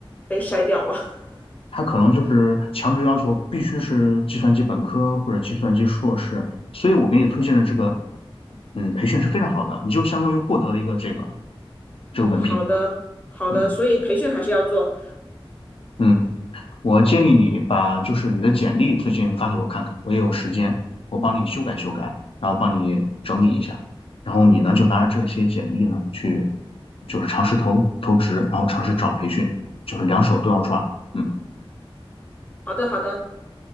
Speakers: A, on the left; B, on the left.
A: 被筛掉了。<laughs>
B: 他可能就是强制要求必须是计算机本科或者计算机硕士，所以我给你推荐的这个，嗯，培训是非常好的，你就相当于获得了一个这个这个文凭，
A: 好的好的，
B: 嗯
A: 所以培训还是要做。
B: 嗯，我建议你把就是你的简历最近发给我看看，我也有时间，我帮你修改修改，然后帮你整理一下，然后你呢就拿着这些简历呢去，就是尝试投投职，然后尝试找培训，就是两手都要抓，嗯。
A: 好的好的，